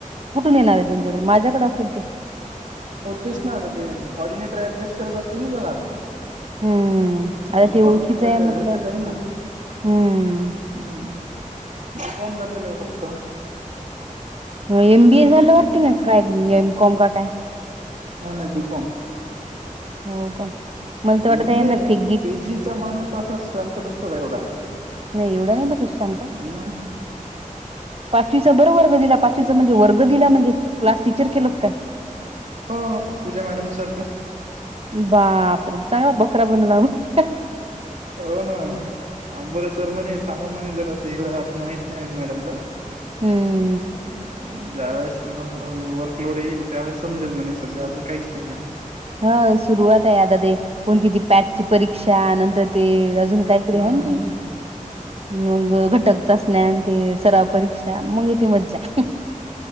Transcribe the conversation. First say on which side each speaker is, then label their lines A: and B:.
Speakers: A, on the right; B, on the right.
A: कुठून येणार आहे त्यांच्याकडे माझ्याकडे असेल ते
B: होतेच ना आता ते कॉर्डिनेटर ऍडजस्ट करत असतील ना चलाता
A: हम्म आता
B: कारण
A: ते ओळखीचं
B: कर्डिनेटरच्या
A: आहे म्हटलं
B: घरच्याच आहे ना
A: हम्म
B: हम्म बीिकॉम झालेला आहे फक्त
A: एम बीए झालं वाटते ना्रय एम कॉम काय
B: ह नांदीप
A: हो का मला तर वाटत
B: एमबी
A: आहे ना फेकगी
B: पीजीचा माणूस असा शांत बसतो का एवढा
A: नाही एवढं नाही बसत शांत
B: मग
A: पाचवीचा बरो वर्ग दिला पा व म्हण क्ी के काय
B: हो पूजा मॅडम सारखं
A: बापरे चांगला बकरा बनवला मग
B: हो ना अंबोरेश्वर मणी थांमामणी जर असं इ अजून माहित नाही मॅडमला
A: हम्म
B: ह ज्या वेळेसमज वर्कलोड येईल त्यावेेळेस समजेल म्हणे सध्या अजून काहीच नाही म्हणे
A: हा सुरुवात आहे आता ते कोणती ती पॅटची परीक्षा नंतर ते अजून काहीतरी
B: हम्म
A: ह त
B: <inaudible>
A: मग घटकचा स्नान ते सराव परीक्षा मग य ती मज्जा